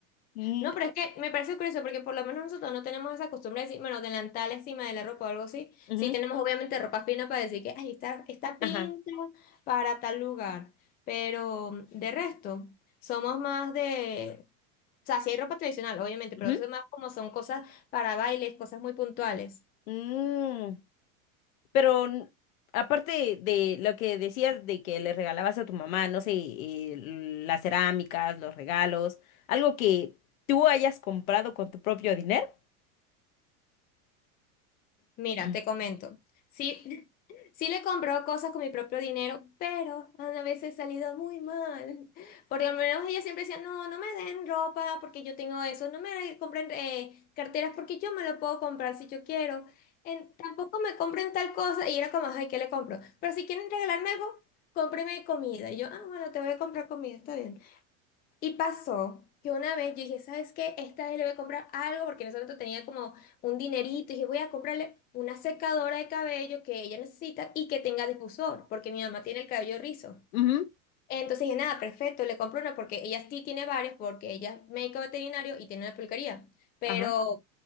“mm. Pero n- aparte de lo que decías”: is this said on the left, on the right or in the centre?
Left